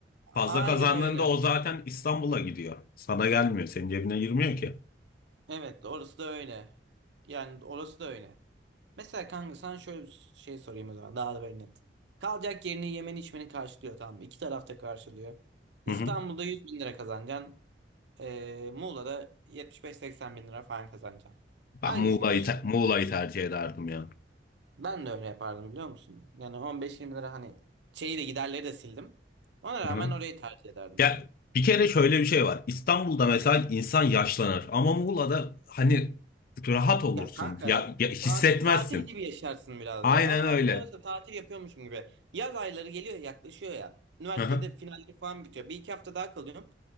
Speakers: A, on the left (about 50°); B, on the right (about 75°).
A: fazla
B: Aynen
A: kazandığında
B: öyle.
A: o zaten İstanbul'a gidiyor. Sana gelmiyor. Senin cebine girmiyor ki.
B: Evet, orası da öyle. Yani orası da öyle. Mesela kanka sana şöyle bir şey sorayım o zaman daha da böyle net. Kalacak yerini yemeni içmeni karşılıyor tamam mı? İki tarafta karşılıyor. İstanbul'da
A: Hı hı.
B: 100 bin lira kazanacaksın. Ee, Muğla'da 75-80 bin lira falan kazanacaksın.
A: Ben
B: Hangisinde
A: Muğla'yı
B: yaşarsın?
A: te- Muğla'yı tercih ederdim ya.
B: Ben de öyle yapardım biliyor musun? Yani 15-20 lira hani şeyi de giderleri de sildim. Ona rağmen
A: Hı hı.
B: orayı tercih ederdim.
A: Ya bir kere şöyle bir şey var. İstanbul'da mesela insan yaşlanır ama Muğla'da hani rahat olursun.
B: Ya kanka
A: Ya, ya hissetmezsin.
B: tatil tatil gibi yaşarsın biraz
A: Aynen
B: ya. Hani ben
A: öyle.
B: burada mesela tatil yapıyormuşum gibi. Yaz ayları geliyor yaklaşıyor ya. Üniversitede
A: Hı hı.
B: finaller falan bitiyor. Bir iki hafta daha kalıyorum.